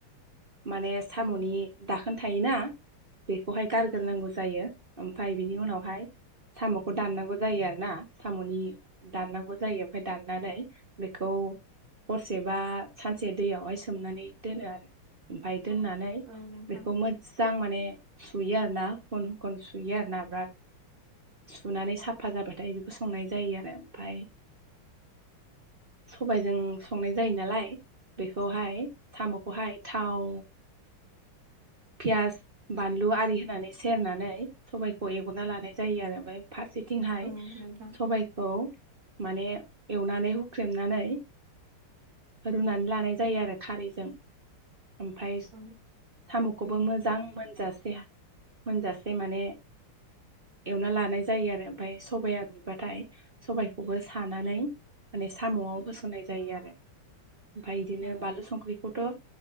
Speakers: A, on the right (about 40°); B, on the right (about 60°).
A: माने साम'नि
B: औ
A: दाखोन थायोना बेखौहाय गारग्रोनांगौ
B: औ
A: जायो ओमफ्राय बिनि उनावहाय साम'खौ दाननांगौ जायो आरो ना साम'नि दाननांगौ जायो ओमफफ्राय दाननानै बेखौ हरसे बा सानसे दैयावहाय सोमनानै दोनो आरो। ओमफफ्राय दोननानै
B: औ नोंथां
A: बेखौ इां माने सुयो आरो ना हुखन हुखन सुयो आरो ना बिराद सुनानै साफा जाबाथाय बेखौ संनाय जायो आरो ओमफ्राय सबायजों संनाय जायो नालाय बेखौहाय साम'खौहाय थाव पियास बानलु आरि होनानै सेरनानै सबायाइखौ एवना लानाय जायो। आरो ओमफ्राय फारसेथिंहाय
B: औ नोंथां
A: सबायखौ माने एवनानै हुख्रेमनानै रुनानै लानाय जायो आरो खारैजों। ओमफ्राय
B: <unintelligible>
A: साम'खौबो मोजां मोनजासे मोनजासे माने एवना लानाय जायो। आरो ओमफफ्राय सबाइाया रुइबाथाय सबाइखौबो सानानै माने साम'आव होसननाय जायो आरो। ओमफफ्राय बिदिनो
B: औ
A: बानलु संख्रिखौथ'